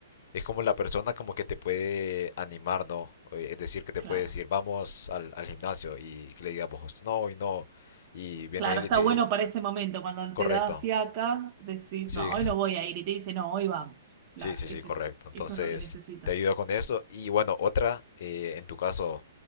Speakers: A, on the left (about 55°); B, on the right (about 40°).
A: es como la persona como que te puede animar, ¿no? Eh, Es decir, que te
B: Claro.
A: puede decir, vamos al, al gimnasio y que le digamos, no, y no, y viene
B: Claro,
A: él
B: está
A: y te
B: bueno
A: dice,
B: para ese momento, cuando
A: correcto.
B: te da fiaca, decís,
A: Sí,
B: no, hoy no voy a ir, y te dice, no, hoy vamos.
A: Sí,
B: Claro,
A: sí,
B: ese
A: sí, correcto.
B: es,
A: Entonces,
B: eso es lo que necesito.
A: te ayudo con eso. Y bueno, otra, eh, en tu caso,